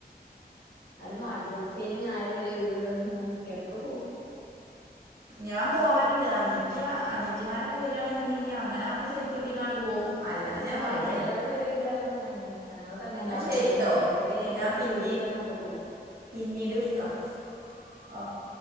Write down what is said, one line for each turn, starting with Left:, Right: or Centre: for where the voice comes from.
Left: എന്നാലുംമടി യാ ശനി ഞായർഒരു ഒഴിവുള്ളത് ഇങ്ങനെ ഇടക്ക് പോവും
Right: ഞാൻ പോവലുണ്ട് അനിയത്തിയ അനിയത്തിയമാരൊക്കെ വരിയാണെന്നുണ്ടെങ്കി അങ്ങനൊവുമ്പോ സെറ്റ് കൂടി ങ്ങ പോവും അല്ല ഞാൻ
Left: ആഹ്
Right: മടിയാ
Left: എല്ലാരും വരണ്ട്ന്ന് പഞ്ഞാ പിന്നെ അങ്ങനെ ഞങ്ങളൊക്കെ അങ്ങനെഓണ
Right: എന്നാൽ ശരിട്ടോ
Left: പൂട്ടിന് ഏടത്തി അനിയത്തിയാളൊക്കെ
Right: ഞാൻ പിന്നീ
Left: വരണ്ട് പറഞ്ഞഅപ്പൊ പോവും
Right: പിന്നീട് വിളിക്കാം ഓക്കെ